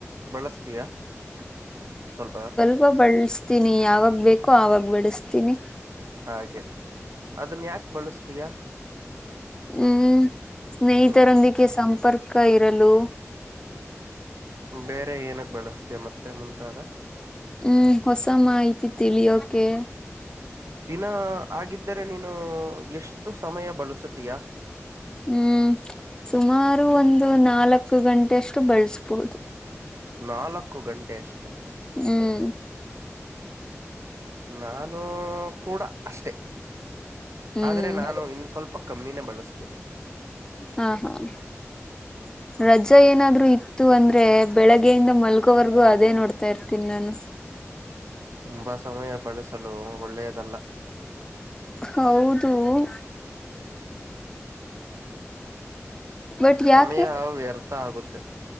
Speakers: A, on the right (about 70°); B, on the left (about 15°).
A: ಬಳಸ್ತಿಯಾ <inaudible> ಸ್ವಲ್ಪ
B: ಹು ಬಳಸ್ತೀನಿ ಯಾವಾಗ ಬೇಕೋ ಆವಾಗ ಬಳಸ್ತೀನಿ.
A: ಹಾಗೆ ಅದನ್ನ ಯಾಕ್ ಬಳಸ್ತೀಯಾ
B: ಹ್ಮ್ ಸ್ನೇಹಿತರೊಂದಿಗೆ
A: ಹ್ಮ್
B: ಸಂಪರ್ಕ ಇರಲು
A: ಬೇರೆ ಏನಕ್ ಬಳಸ್ತಿಯಾ ಮತ್ತೆ ಮುಂತಾದ
B: ಹ್ಮ್ ಹೊಸ ಮಾಹಿತಿ ತಿಳಿಯೋಕೆ
A: ದಿನ ಆಗಿದ್ದರೆ ನೀನು ಎಷ್ಟು ಸಮಯ ಬಳಸುತೀಯಾ
B: ಹ್ಮ್ ಸುಮಾರು ಒಂದು ನಾಲ್ಕು ಗಂಟೆ ಅಷ್ಟು ಬಳಸಬಹುದು.
A: ನಾಲ್ಕು ಗಂಟೆ ಅಷ್ಟು.
B: ಹ್ಮ್.
A: ನಾನು ಕೂಡ ಅಷ್ಟೇ <inaudible>
B: ಹ್ಮ್
A: ಆದ್ರೆ ನಾನು ಇನ್ ಸ್ವಲ್ಪ ಕಮ್ಮಿನೇ ಬಳಸ್ತೀನಿ. <inaudible>
B: ಹಾ ಹಾ. <inaudible> ರಜೆ ಏನಾದ್ರು ಇತ್ತು ಅಂದ್ರೆ ಬೆಳಗ್ಗೆಯಿಂದ ಮಲ್ಗೋವರೆಗೂ ಅದೇ ನೋಡ್ತಾ ಇರ್ತೀನಿ ನಾನು. <inaudible> <inaudible>
A: ತುಂಬಾ ಸಮಯ ಬಳಸಲು ಒಳ್ಳೆಯದಲ್ಲ. <inaudible>
B: ಹೌದು. <inaudible> ಬಟ್
A: ಸಮಯಾ
B: ಯಾಕೆ
A: ಹಾ ವ್ಯರ್ಥ ಆಗುತ್ತೆ. <inaudible>